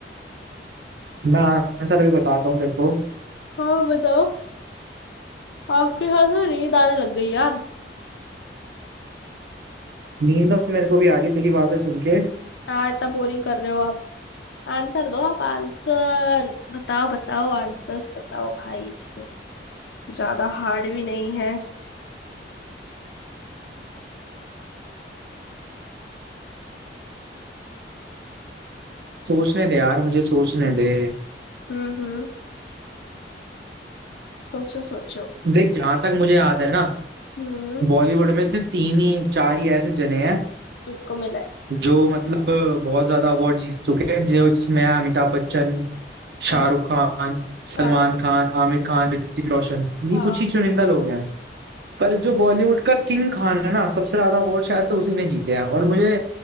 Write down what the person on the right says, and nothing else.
मैं आंसर अभी बताता हूँ तेरे को
नींद तो मेरे को भी आ रही है तेरी बातें सुन के
सोचने दे यार मुझे सोचने दे
देख जहां तक मुझे याद है ना
बॉलीवुड में सिर्फ तीन ही चार ही ऐसे जने हैं
जो मतलब बहुत ज्यादा अवार्ड जीत चुके हैं जो जिसमें हैं अमिताभ बच्चन शाहरुख
खान सलमान
खान आमिर खान ऋतिक रोशन ये
कुछ ही चुनिंदा लोग हैं पर जो बॉलीवुड का किंग खान है ना सबसे ज्यादा अवार्ड शायद से उसी ने जीते हैं और मुझे